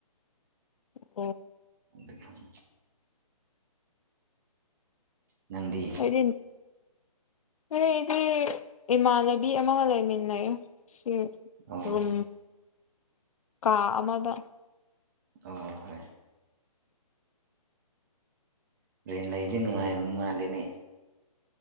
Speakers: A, on the left; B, on the right.
A: ꯑꯣ
B: ꯗ ꯐ ꯎꯝ ꯅꯪꯗꯤ
A: ꯑꯩꯗꯤ ꯍꯣꯏ ꯑꯩꯗꯤ ꯏꯃꯥꯟꯅꯕꯤ ꯑꯃꯒ ꯂꯩꯃꯤꯟꯅꯩ ꯁꯤꯦꯝ
B: ꯑꯣ
A: ꯀꯥ ꯑꯃꯗ
B: ꯑ ꯍꯣꯏ ꯦꯟ ꯂ ꯂꯩꯗꯅ ꯃꯥꯥꯏ ꯃꯥꯂꯤꯅꯦ